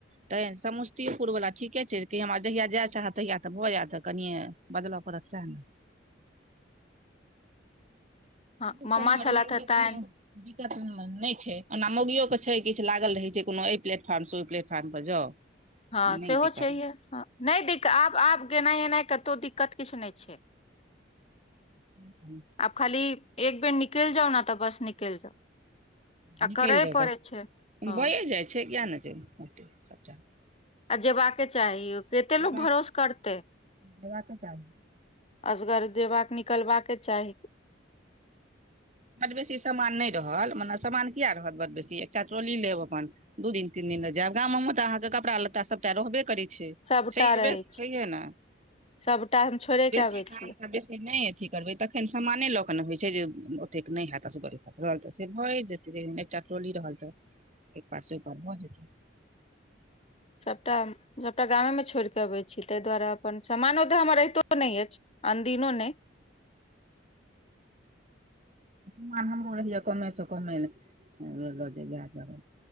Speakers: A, on the right; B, on the left.
A: त समस्तीपुर वला ठीके छै हमरा जहिया जाइ चाहत तहिया तऽ भऽ जायत कनिये बदलय परत छै न
B: <inaudible>
A: <inaudible>
B: मामा छलथि हे तैं
A: नहि छै ओना मौगियो के छै, किछु लागल रहै छै कोनो एहि प्लेटफार्म से ओहि प्लेटफार्म पर जाउ।
B: हँ,
A: नहि
B: सेहो
A: दिक्कत
B: छैहे। हँ, नहि दिक्कत आब। आब गेनाइ-अएनाइ कतहु दिक्कत किछु नहि छै।
A: <unintelligible>
B: आब खाली एक बेर निकल जाउ न तऽ बस निकल जाउ आ
A: निकलि
B: करय
A: जाउ
B: पड़ै
A: बस
B: छै हँ
A: भइए जाइ छै किए नहि छै हते सबटा
B: आ जेबाक चाही, कते
A: देबाक
B: लोक भरोसा करते।
A: देबाके चाही
B: असगर देबाक निकलबाका के चाही
A: बड बेसी सामान नहि रहल मने सामान किए रहलत बड बेसी एकटा ट्रोली लेब अपन दू-तीन दिन गाम जायब तऽ अहाँक कपड़ा-लत्ता सबटा रहबै करई छै
B: सभटा
A: कम
B: रहै
A: बेस छै ने,
B: सभटा हम छोड़े
A: बेसी
B: के आबै
A: खला
B: छियै
A: बेसी नहि। अथी करबै तखन सामाने लऽ कऽ ने होइत छै जे त नहि हेत असगरई पकड़ल तऽ से भए जेतै एकटा टोली रहल तऽ इ पार स उ पार भ जेते
B: सबटा गामे में छोड़ि कऽ अबै छी तै दुआरे अपन समानो तऽ हमर रहितो नहि अछि अनदिनो ने
A: समान हमरो रहिए कमे से कमे लऽ जे इएह दुआरे